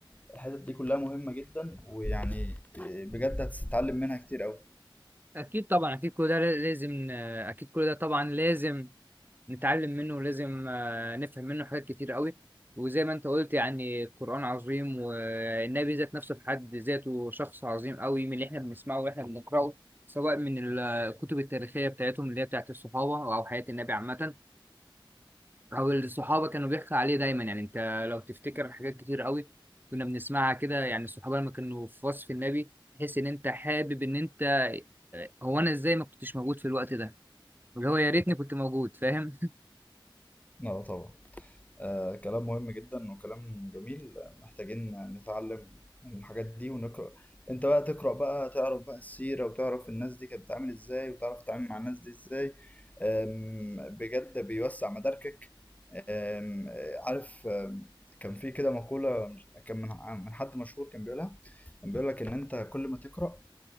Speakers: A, on the left (about 15°); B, on the right (about 20°).
A: الحتت دي كلها مهمة جدا ويعني بجد هتتعلم منها كتير أوي
B: اكيد طبعا اكيد كل ده لازم اكيد كل ده طبعا لازم نتعلم منه ولازم آه، نفهم منه حاجات كتير قوي وزي ما انت قلت يعني القرآن عظيم والنبي ذات نفسه في حد ذاته شخص عظيم قوي من اللي احنا بنسمعه واحنا بنقرأه سواء من الكتب التاريخية بتاعتهم اللي هي بتاعت الصحابة أو حياة النبي عامة أو الصحابة كانوا بيحكوا عليه دايما يعني أنت لو تفتكر حاجات كتير قوي كنا بنسمعها كده يعني الصحابة لما كانوا في وصف النبي تحس إن أنت حابب إن أنت آه، هو أنا إزاي ما كنتش موجود في الوقت ده اللي هو يا ريتني كنت موجود فاهم؟
A: اه طبعا آه كلام مهم جدا وكلام جميل آه، محتاجين نتعلم من الحاجات دي ونقرأ انت بقى تقرأ بقى تعرف بقى السيرة وتعرف الناس دي كانت بتتعامل ازاي وتعرف تتعامل مع الناس دي ازاي آم، بجد بيوسع مداركك آم، آه، عارف آم، كان في كده مقولة مش- كان من من حد مشهور كان بيقولها كان بيقول لك ان انت كل ما تقرأ